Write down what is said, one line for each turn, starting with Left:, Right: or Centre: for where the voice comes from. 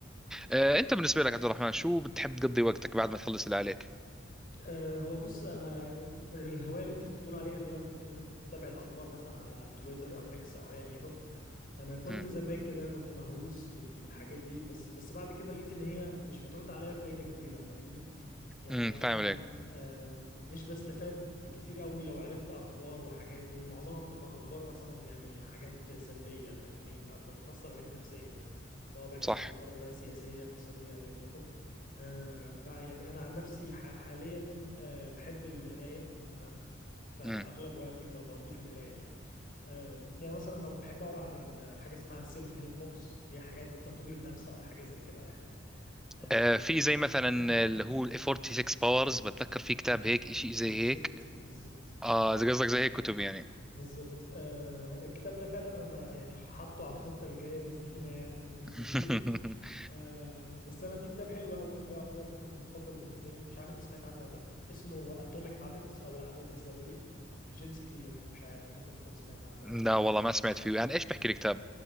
Left: مم.
Centre: آه، انت بالنسبه لك عبد الرحمن شو بتحب تقضي وقتك بعد ما تخلص اللي عليك
Left: أه هو بص أنا الهواية اللي أنت كنت بتقول عليها اللي هي م- أنت بتتابع الأخبار مثلا على تويتر أو إكس أو أيا يكن أنا كنت
Centre: امم
Left: زمان كده كنت مهووس بال- بالحاجات دي بس بس بعد كده لقيت إن هي مش بتعود عليا فايدة كبيرة فاهمني يعني
Centre: امم
Left: انا
Centre: فاهم
Left: م-
Centre: عليك
Left: آم، مش بستفاد كتير قوي لو عرفت اخبار وحاجات ومعظمها بتبقى اخبار اصلا يعني حاجات سلبية فاهمني ف- فبتأثر عليك نفسيا سواء بقى كانت
Centre: صح
Left: اخبار سياسية اقتصادية ايا يكن آه، فيعني انا عن نفسي ح- حاليا آه، بحب القراية تمام فاغلب
Centre: امم
Left: وقتي ب- بقضيه في القرايه يعني آه، يعني مثلا انا بحب اقرا عن ال- حاجه اسمها سيلف هيلب بوكس اللي هي حاجات تطوير نفس او حاجه زي كده يعني آه،
Centre: آه، في زي مثلا
Left: <clears throat>
Centre: اللي هو ال 46 باورز بتذكر في كتاب
Left: مم.
Centre: هيك شيء زي
Left: بالظبط
Centre: هيك
Left: بالظبط
Centre: اه اذا قصدك
Left: آه،
Centre: زي هيك كتب يعني
Left: بالظبط آه الكتاب ده فعلا انا يعني حاطه على الخطه الجايه باذن الله يعني ناوي
Centre: <laughs>
Left: اجيبه آه بس انا في كتاب حلو قوي ده يعتبر ممكن المفضل بالنسبه لي مش عارف انت سمعت عنه ولا لا اسمه اتوميك هابتس او العادات الذريه لجيمس كلير مش عارف ممكن تكون سمعت عنه
Centre: لا
Left: او لا
Centre: والله ما سمعت فيه يعني ايش بحكي الكتاب